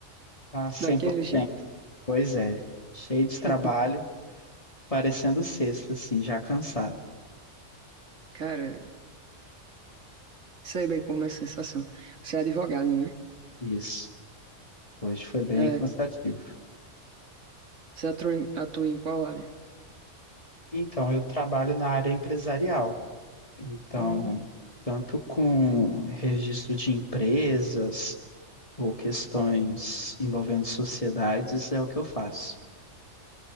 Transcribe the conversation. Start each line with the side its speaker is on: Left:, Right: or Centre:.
Left: tá sempre,
Right: Daquele jeito.
Left: pois é, cheio de
Right: <laughs>
Left: trabalho, parecendo sexta, assim, já cansado.
Right: Cara, sei bem como é a sensação. Você é advogado, né?
Left: Isso, hoje foi bem
Right: É,
Left: cansativo.
Right: você atua em, atua em qual área?
Left: Então, eu trabalho na área empresarial, então,
Right: Hum,
Left: tanto com registro de empresas ou questões envolvendo sociedades, é o que eu faço.